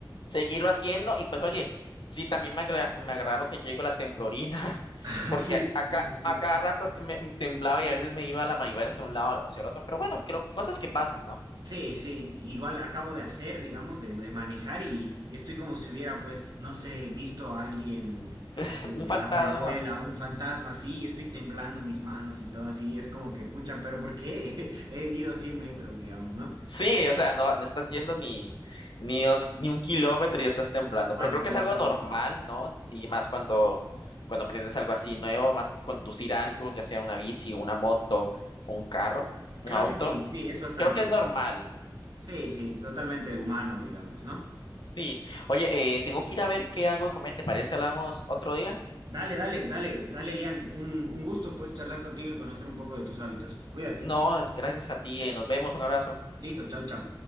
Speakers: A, on the left; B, on the right.
A: seguirlo haciendo y pues oye, sí, también me, agra- me agrada lo que yo digo, la temblorina, <laughs>
B: <laughs>
A: porque
B: Sí,
A: a, a
B: sí,
A: ca-
B: sí, sí.
A: a cada rato esto me me temblaba y a veces me iba la manivela hacia un lado o hacia el otro, pero bueno, creo cosas que pasan, ¿no?
B: Sí, sí, igual acabo de hacer, digamos, de, de manejar y, y estoy como si hubiera, pues, no sé, visto a alguien,
A: <laughs>
B: eh,
A: Un fantasma.
B: a mi abuela, un fantasma, así, y estoy temblando mis manos y todo así, es como que, pucha, pero ¿por qué? <laughs> He ido 100 metros, digamos, ¿no?
A: Sí, o sea, no, no estás yendo ni, ni, os- ni un kilómetro y ya estás temblando.
B: Tal cual,
A: Pero creo
B: tal
A: que es algo
B: cual.
A: normal, ¿no? Y más cuando, cuando aprendes algo así nuevo, más conducir algo, ya sea una bici, una moto, un carro, un
B: Creo
A: auto.
B: que sí,
A: Entonces,
B: sí, es bastante.
A: creo que es
B: normal.
A: normal.
B: Sí, sí, totalmente humano, digamos, ¿no?
A: Sí. Oye, eh, tengo que ir a ver qué hago de comer. ¿Te parece? Hablamos otro día.
B: Dale, dale, dale, dale, Lian. Un, un gusto, pues, charlar contigo y conocer un poco de tus hábitos. Cuídate.
A: No, gracias a ti. eh, nos vemos. Un abrazo.
B: Listo, chao, chao.